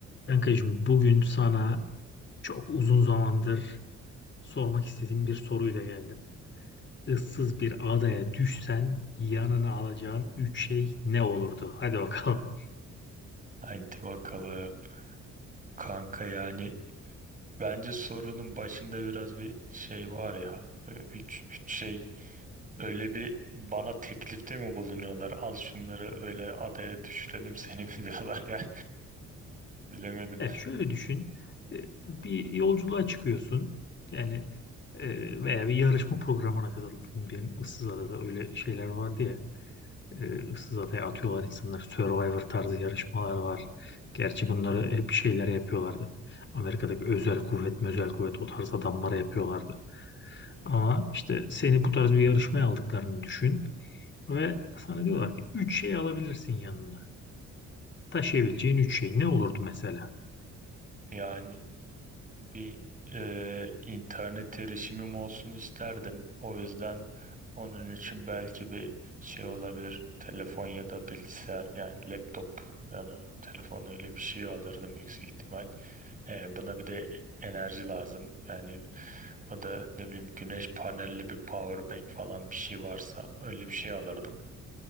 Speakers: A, on the left; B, on the right.
A: Kankacığım bugün sana çok uzun zamandır sormak istediğim bir soruyla geldim. Issız bir adaya düşsen yanına alacağın üç şey ne olurdu? Hadi bakalım. <laughs>
B: Haydi bakalım. Kanka yani bence sorunun başında biraz bir şey var ya. Ö- Üç, üç şey öyle bir bana teklifte mi bulunuyorlar? Al şunları öyle adaya düşürelim seni mi <laughs> diyorlar yani. Bilemedim.
A: Ya şöyle düşün. E, Bir yolculuğa çıkıyorsun. Yani e, veya bir yarışma programına katıldın. Benim ıssız adada öyle şeyler vardı ya. E, ıssız adaya atıyorlar insanlar. Survivor tarzı yarışmalar var. Gerçi bunları hep şeylere yapıyorlardı. Amerika'daki özel kuvvet, özel kuvvet o tarz adamlara yapıyorlardı. Ama işte seni bu tarz bir yarışmaya aldıklarını düşün ve sana diyorlar ki üç şey alabilirsin yanına. Taşıyabileceğin 3 şey ne olurdu mesela?
B: Yani bir e, internet erişimim olsun isterdim. O yüzden onun için belki bir şey olabilir. Telefon ya da bilgisayar yani laptop ya da telefon öyle bir şey alırdım yüksek ihtimal. E, buna bir de enerji lazım. Yani o da ne bileyim güneş panelli bir power bank falan bir şey varsa öyle bir şey alırdım.